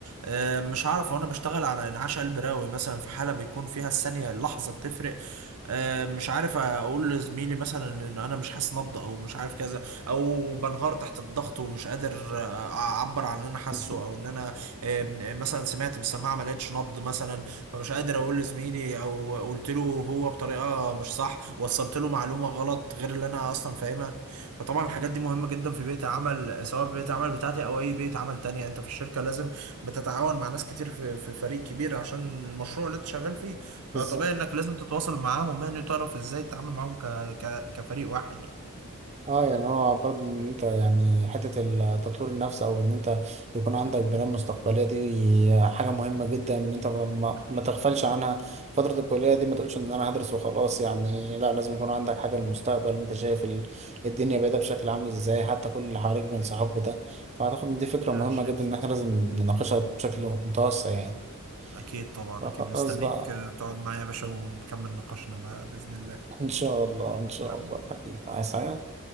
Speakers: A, on the right; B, on the right.
A: آه، مش عارف وانا بشتغل على انعاش قلب رئوي مثلا في حاله بيكون فيها الثانيه اللحظه بتفرق آه، مش عارف اقول لزميلي مثلا ان انا مش حاسس نبض او مش عارف كذا او بنهار تحت الضغط ومش قادر آه، اعبر عن اللي انا حاسه
B: <laughs>
A: او ان انا آه، مثلا سمعت بالسماعه ما لقيتش نبض مثلا فمش قادر اقول لزميلي او قلت له هو بطريقه مش صح وصلت له معلومه غلط غير اللي انا اصلا فاهمها فطبعا الحاجات دي مهمه جدا في بيئه العمل سواء في بيئه العمل بتاعتي او اي بيئه عمل تانية انت في الشركه لازم بتتعاون مع ناس كتير في في فريق كبير عشان المشروع اللي انت شغال فيه فطبيعي
B: بالظبط
A: انك لازم تتواصل معاهم يعني وتعرف ازاي تتعامل معاهم ك... ك... كفريق واحد يعني
B: اه يعني هو برضه ان انت يعني حتة التطوير النفس او ان انت يكون عندك بلان مستقبلية دي حاجة مهمة جدا ان انت ما, ما
A: اكيد
B: ما تغفلش عنها فترة الكلية دي ما تقولش ان انا هدرس وخلاص يعني لا لازم يكون عندك حاجة للمستقبل انت شايف ال- الدنيا بعيدة بشكل عامل ازاي حتى كل اللي حواليك بينصحوك بده فاعتقد ان دي فكرة مهمة
A: ده شيء
B: جدا
A: اساسي
B: ان احنا لازم نناقشها بشكل متوسع يعني
A: اكيد طبعا
B: فخلاص
A: اكيد مستنيك
B: بقى
A: تقعد معايا يا باشا ونكمل نقاشنا بقى باذن الله
B: ان شاء الله ان شاء
A: حبيبي
B: الله حبيبي عايز حاجة
A: حبيبي